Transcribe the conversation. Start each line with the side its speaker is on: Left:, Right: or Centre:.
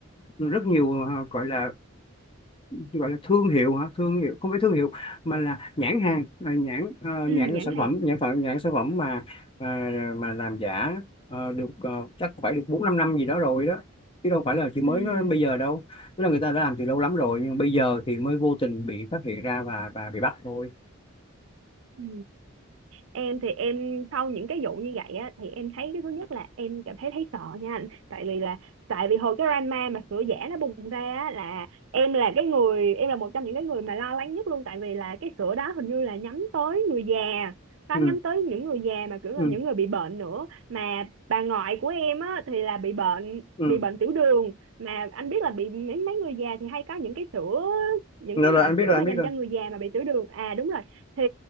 Left: rất nhiều à, gọi là gọi là thương hiệu hả thương hiệu không phải thương hiệu mà là nhãn hàng à, nhãn à,
Right: ừ
Left: nhãn
Right: nhãn
Left: sản
Right: hàng
Left: phẩm nhãn phẩm nhãn sản phẩm mà à, mà làm giả à, được à, chắc phải được bốn năm năm gì đó rồi đó chứ đâu phải là chỉ mới
Right: ừ
Left: nó bây giờ đâu tức là người ta đã làm từ lâu lắm rồi
Right: ừ
Left: nhưng bây giờ thì mới vô tình bị phát hiện ra và và bị bắt thôi
Right: ừ em thì em sau những cái vụ như vậy á thì em thấy cái thứ nhất là em cảm thấy thấy sợ nha anh. tại vì là tại vì hồi cái drama mà sữa giả nó bùng ra á là em là cái người em là một trong những cái người mà lo lắng nhất luôn tại vì là cái sữa đó hình như là nhắm tới người già có
Left: ừ
Right: nhắm tới những người già mà kiểu là
Left: ừ
Right: những người bị bệnh nữa mà bà ngoại của em á thì là bị bệnh
Left: ừ
Right: bị bệnh tiểu đường mà anh biết là bị mấy mấy người già thì hay có những cái sữa những
Left: rồi
Right: cái
Left: rồi
Right: loại
Left: anh biết
Right: sữa
Left: rồi anh
Right: mà dành
Left: biết rồi
Right: cho người già mà bị tiểu đường à đúng rồi thì